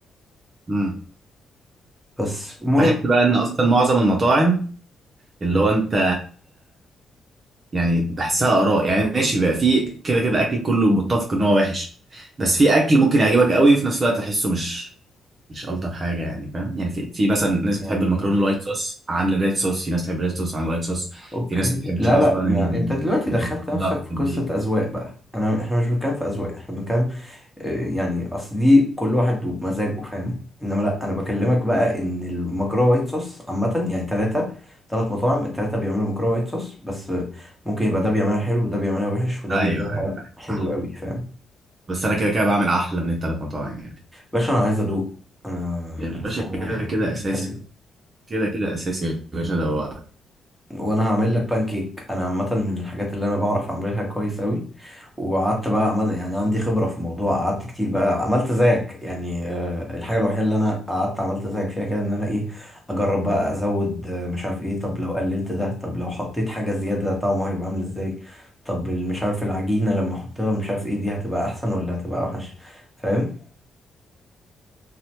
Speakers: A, on the right (about 40°); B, in the centre.
A: امم
B: بس المهم
A: بحس بقى ان اصلا معظم المطاعم اللي هو انت يعني بحسها اراء يعني ماشي بقى في كده كده اكل كله متفق ان هو وحش بس في اكل ممكن يعجبك قوي وفي نفس الوقت تحسه مش مش الطف حاجه يعني فاهم يعني في في مثلا ناس بتحب
B: يعني
A: المكرونه
B: إيه؟
A: الوايت صوص عن الريد صوص في ناس بتحب الريد صوص عن الوايت صوص
B: اوكي
A: في ناس ما بتحبش
B: لا
A: اصلا
B: لا ما
A: ال-
B: انت دلوقتي
A: البطاطا
B: دخلت نفسك في
A: في
B: قصة
A: البيض
B: اذواق بقى انا احنا مش بنتكلم في اذواق احنا بنتكلم آه، يعني اصل دي كل واحد وبمزاجه فاهم انما لا انا بكلمك بقى ان المكرونة وايت صوص عامة يعني ثلاثة ثلاث مطاعم الثلاثة بيعملوا مكرونة وايت صوص بس آه، ممكن يبقى ده بيعملها حلو وده بيعملها وحش وده
A: ايوه
B: بيعملها
A: ايوه أيوة،
B: حلو
A: صح
B: قوي فاهم
A: بس انا كده كده بعمل احلى من الثلاث مطاعم يعني
B: باشا انا عايز ادوق انا احنا
A: يا باشا
B: لسه
A: كده كده
B: هنتكلم
A: اساسي كده كده اساسي يا باشا ده هو
B: وانا هعمل لك بانكيك انا عامه من الحاجات اللي انا بعرف اعملها كويس قوي وقعدت بقى عمل يعني عندي خبره في الموضوع قعدت كتير بقى عملت زيك يعني آه، الحاجه الوحيده اللي انا قعدت عملت زيك فيها كده ان انا ايه اجرب بقى ازود آه، مش عارف ايه طب لو قللت ده طب لو حطيت حاجه زياده طعمه هيبقى عامل ازاي طب ال- مش عارف العجينه لما احطها مش عارف ايه دي هتبقى احسن ولا هتبقى اوحش فاهم